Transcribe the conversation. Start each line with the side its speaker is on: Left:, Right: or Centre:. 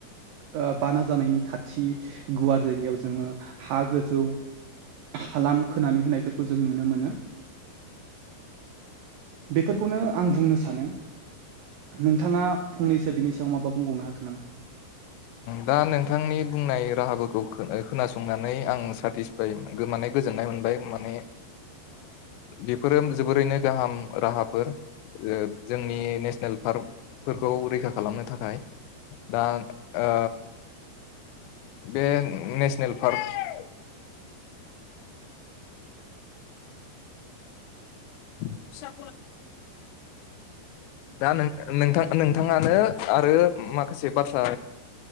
Right: बाना जानायनि खाथि गुवार जायगायाव जोङो हा गोजौ हालाम खोनानै होनायफोरखौ जों नुनो मोनो। बेफोरखौनो आं बुंनो सानो नोंथाङा फंनैसो बिनि सायाव माबा बुंबावनो हागोन नामा
Left: दा नोंथांनि बुंनाय राहाफोरखौ खोनासंनानै आं सेटिसफाइ माने गोजोन नाय मोनबाय माने बेफोरो जोबोरैनो गाहाम राहाफोर जोंनि नेसनेल पार्कफोरखौ रैखा खालामनो थाखाय दा ओ बे नेसनेल पार्क <unintelligible> दा नोंथां नोंथाङानो आरो माखासे बाथ्रा